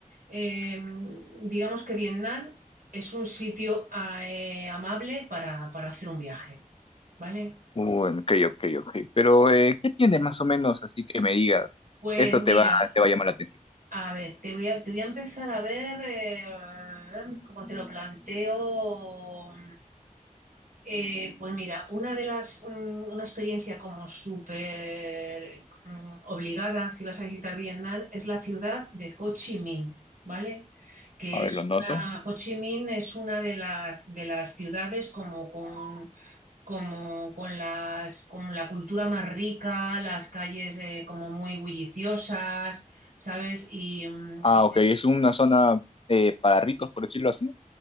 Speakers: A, on the right (about 80°); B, on the left (about 40°).
A: eh, digamos que Vietnam es un sitio ah, eh, amable para, para hacer un viaje, ¿vale?
B: uh, ok, ok, ok. Pero, eh, ¿qué tiene más o menos así que me digas?
A: Pues
B: Esto
A: mira,
B: te va, te va a llamar la atención.
A: A ver, te voy a, te voy a empezar a ver eh, cómo te lo planteo. Eh, pues mira, una de las, mm, una experiencia como súper mm, obligada, si vas a visitar Vietnam, es la ciudad de Ho Chi Minh, ¿vale? Que
B: A ver,
A: es
B: lo noto.
A: una, Ho Chi Minh es una de las, de las ciudades como con como con las, con la cultura más rica, las calles eh, como muy bulliciosas, ¿sabes? Y, mm,
B: Ah,
A: y-
B: ok, es una zona eh, para ricos, por decirlo así.